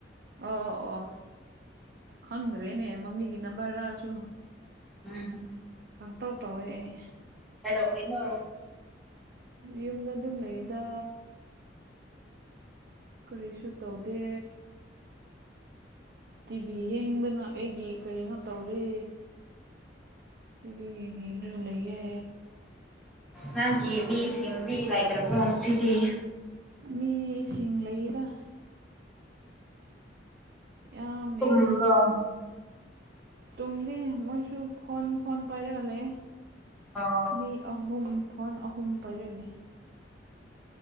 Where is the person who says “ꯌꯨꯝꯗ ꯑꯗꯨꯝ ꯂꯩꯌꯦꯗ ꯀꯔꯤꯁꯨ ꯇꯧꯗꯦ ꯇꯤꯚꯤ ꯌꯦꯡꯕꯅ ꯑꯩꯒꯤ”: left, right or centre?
Right